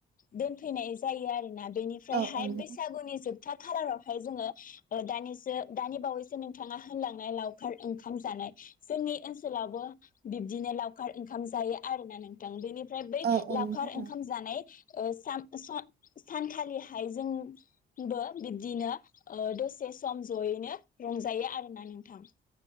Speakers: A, on the left; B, on the right.
A: दोनफैनाय जायो आरोना । बेनिफ्रायहाय
B: औ औ नोंथां
A: बैसागुनि जोब था खालारावहाय जोङो ओ दानिसो दानि बावैसो नोंथाङा होनलांनाय लावखार ओंखाम जानाय जोंनि ओनसोलावबो बिबदिनो लावखार ओंखाम जायो आरोना नोंथां । बेनि फ्राय बै
B: औ औ
A: लावखार
B: नोंथां
A: ओंखाम जानाय ओ साम-सा-सानखालिहाय जोंबो बिब्दिनो ओ दसे सम जयैनो रंजायो आरोना नोंथां ।